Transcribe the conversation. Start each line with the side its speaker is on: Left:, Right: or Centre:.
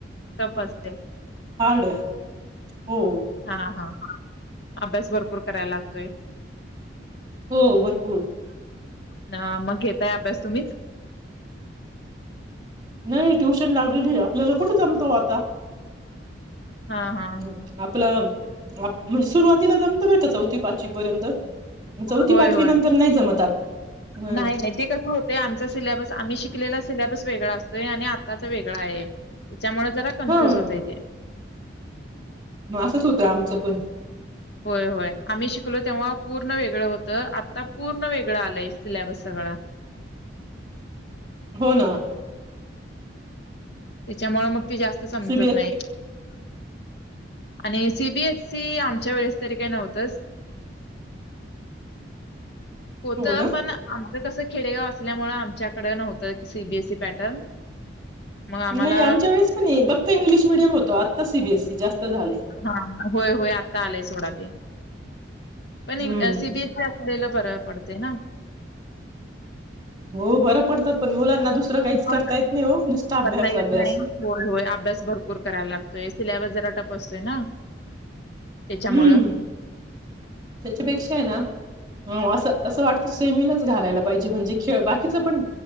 Left: टप असते.
Right: हार्ड आहे. हो
Left: हा हा अभ्यास भरपूर करायला लागतो.
Right: हो भरपूर.
Left: अ मग घताय अभ्यास तुम्हीच.
Right: नाही ट्युशन लावलेली आहे, आपल्याला कुठे जमतो आता.
Left: हा हा
Right: हं, आपलं म्हणजे सुरुवातीला जमत बरं का चौथी पाचवी पर्यंत. चौथी
Left: होय
Right: पाचवी
Left: होय.
Right: नंतर नाही जमतात हं.
Left: नाही नाही ते कस होतंय आमचा सिलेबस आम्ही शिकलेला सिलेबस वेगळा असतोय आणि आत्ताच वेगळा आहे. त्याच्यामुळे जरा कन्फ्युज
Right: हं
Left: होतय ते,
Right: मग असंच होतं आमचं पण-
Left: होय होय आम्ही शिकलो तेव्हा पूर्ण वेगळं होतं, आत्ता पूर्ण वेगळं आलंय सिलॅबस सगळां.
Right: हो ना
Left: त्यांच्यामुळे मग ते जास्त समजत
Right: सीबीएस
Left: नाही. आणि सीबीएस- सी आमच्या वेळेस तरी काही नव्हतंच. होतं
Right: हो ना
Left: पण आमचं कसं खेडेगाव असल्यामुळें आमच्याकडें नव्हतं सीबीएसई पॅटर्न. मग आम्हाला
Right: नाही आमच्या वेळेस पण फक्त इंग्लिश मिडियम होतो आता सीबीएसी जास्त- झालंय.
Left: हा होय होय आत्ता आलाय सोडा ते. पण
Right: हम्म
Left: सीबीएसई असलेलं बर पडते ना.
Right: हो बरं पडतं पण मुलांना दुसरं काहीच
Left: पण
Right: करता येत नाही हो. नुसता अभ्यास
Left: करता येत
Right: अभ्यास.
Left: नाही. होय होय अभ्यास भरपूर करायला लागतोय. सिलेबस जरा टप असतोय ना- त्याच्यामुळं.
Right: हम्म त्याच्यापेक्षा आहे ना. हो असं असं वाटतं सेमीलाच घालायला पाहिजे, म्हणजे खेळ बाकीच पण